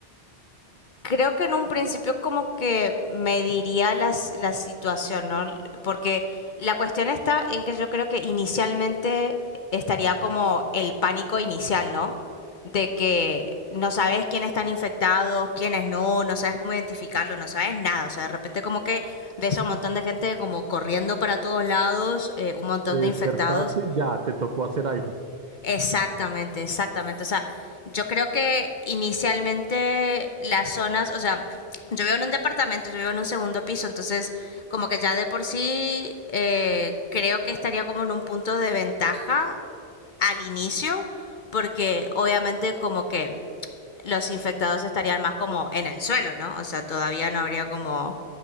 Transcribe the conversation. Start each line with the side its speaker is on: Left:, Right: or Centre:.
Left: creo que en un principio como que mediría las, la situación, ¿no? Porque la cuestión está en que yo creo que inicialmente estaría como el pánico inicial, ¿no? De que no sabes quiénes están infectados, quiénes no, no sabes cómo identificarlo, no sabes nada. O sea, de repente como que ves a un montón de gente como corriendo para todos lados, eh, un montón
Right: despertaste,
Left: de infectados.
Right: ya, te tocó hacer algo.
Left: Exactamente, exactamente. O sea, yo creo que inicialmente las zonas, o sea, yo vivo en un departamento, yo vivo en un segundo piso, entonces como que ya de por sí eh, creo que estaría como en un punto de ventaja al inicio, porque obviamente como que los infectados estarían más como en el suelo, ¿no? O sea, todavía no habría como...